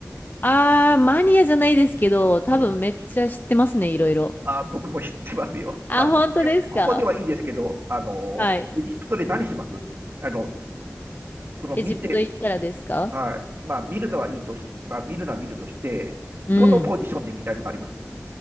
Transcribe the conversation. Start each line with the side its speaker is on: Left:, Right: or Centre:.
Left: あー、マニアじゃないですけど、多分めっちゃ知ってますね、
Right: うん、
Left: いろいろ。
Right: あ、僕も知ってますよ。
Left: あ、
Right: まあ、ここでは、
Left: 本当ですか
Right: ここではいいですけど、あの、
Left: はい。
Right: エジプトで何しますあの、その見て、
Left: エジプト行ったらですか
Right: はい。まあ、見るのはいいとし、まあ、見るのは見るとして、
Left: うん。
Right: どのポジションで見たいとかあります